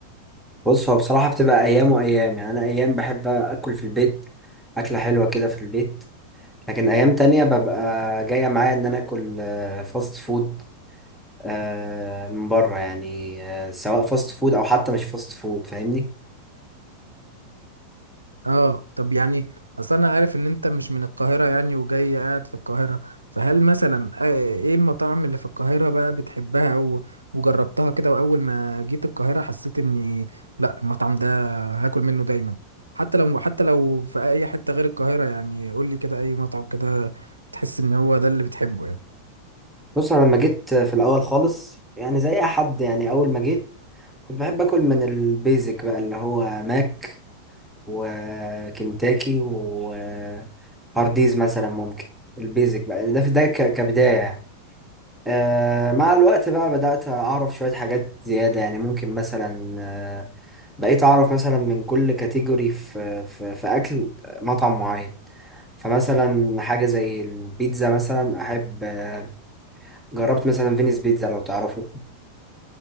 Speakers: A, in the centre; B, on the right.
A: بص هو بصراحة بتبقى أيام وأيام يعني أنا أيام بحب أكل في البيت أكلة حلوة كده في البيت لكن أيام تانية ببقى جاية معايا إن أنا آكل آه، فاست فود آه، من بره يعني آه، سواء فاست فود أو حتى مش فاست فود فاهمني
B: اه طب يعني اصل انا عارف ان انت مش من القاهرة يعني وجاي قاعد في القاهرة فهل مثلا آه، ايه المطاعم اللي في القاهرة بقى بتحبها او وجربتها كده واول ما جيت القاهرة حسيت اني لا المطعم ده هاكل منه دايما حتى لو حتى لو في اي حتة غير القاهرة يعني قول لي كده اي مطعم كده تحس ان هو ده اللي بتحبه يعني
A: بص أنا لما جيت في الأول خالص يعني زي أي حد يعني أول ما جيت كنت بحب أكل من البيزك بقى اللي هو ماك وكنتاكي وهارديز مثلا ممكن البيزك بقى ده في ده ك- كبداية يعني آه مع الوقت بقى بدأت أعرف شوية حاجات زيادة يعني ممكن مثلا آه بقيت أعرف مثلا من كل كاتيجوري في, في, في أكل مطعم معين فمثلا حاجة زي البيتزا مثلا أحب آه جربت مثلا فينيس بيتزا لو تعرفه